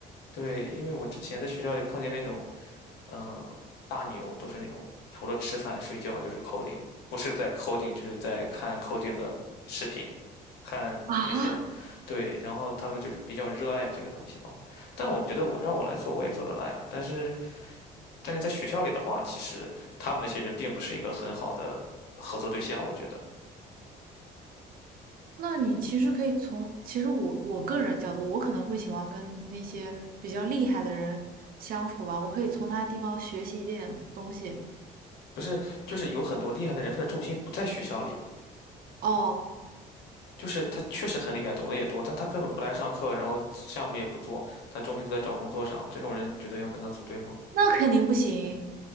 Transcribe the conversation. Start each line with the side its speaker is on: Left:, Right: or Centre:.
Left: 对，因为我之前在学校里碰见那种。嗯，大牛都是那种除了吃饭睡觉就是 coding，不是在 coding 就是在看 coding 的视频，看那些，
Right: 啊，
Left: 对，然后他们就是比较热爱这个东西嘛。但我觉得我让我来做我也做得来，但是但是在学校里的话，其实他们那些人并不是一个很好的合作对象，我觉得
Right: 那你其实可以从，其实我我个人角度，我可能会喜欢跟那些比较厉害的人相处吧，我可以从他的地方学习一点东西。
Left: 不是，就是有很多厉害的人，他的重心不在学校里。
Right: 哦，
Left: 就是他确实很厉害，懂得也多，但他根本不来上课，然后项目也不做，他重心都在找工作上。这种人，你觉得要跟他组队吗？
Right: 那肯定不行。